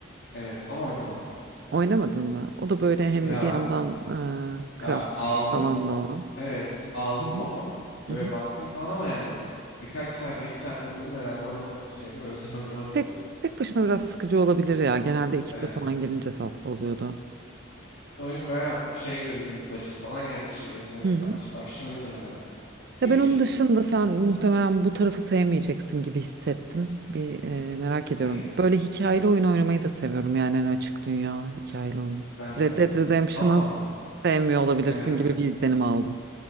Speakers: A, on the left (about 70°); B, on the right (about 50°).
A: Evet ama oynamadım.
B: Oynamadın mı? O da böyle hem
A: Ya
B: bir yandan e,
A: e,
B: craft
A: aldım.
B: falan da olan.
A: Evet aldım
B: Hı hı.
A: onu.
B: Hı
A: Böyle
B: hı.
A: baktım falan ama yani birkaç saat, bir iki saat takıldım herhalde oynamadım sayılır. O yüzden <laughs> oynamadım
B: Tek,
A: diyorum.
B: tek başına biraz sıkıcı olabilir ya. Genelde ekiple
A: Evet.
B: falan gelince tatlı oluyordu.
A: Oyun bayağı şey görünüyordu. Basit falan gelmişti gözüme
B: Hı
A: ilk
B: hı.
A: baş, başta o yüzden herhalde. Peki.
B: Ya ben onun dışında sen muhtemelen bu tarafı sevmeyeceksin gibi hissettim. Bir e, merak ediyorum.
A: Neyi?
B: Böyle hikayeli oyun oynamayı da seviyorum yani en açık dünya hikayeli oyun.
A: Ben
B: Red
A: de.
B: Dead Redemption'ı
A: Ama
B: sevmiyor olabilirsin
A: evet.
B: gibi bir izlenim aldım.